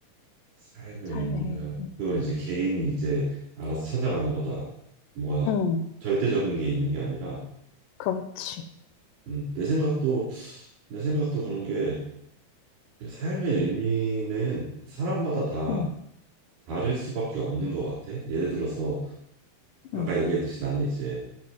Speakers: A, on the right; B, on the left.
A: 삶의
B: 삶의
A: 의미를.
B: 의미.
A: 그건 이제 개인이 이제 알아서 찾아가는 거다. 뭐가
B: 음,
A: 절대적인 게 있는 게 아니라,
B: 그렇지.
A: 음, 내 생각도 내 생각도 그런 게그 삶의 의미는 사람마다 다
B: 음,
A: 다를 수밖에 없는 것 같아. 예를 들어서 아까
B: 음,
A: 얘기했듯이 나는 이제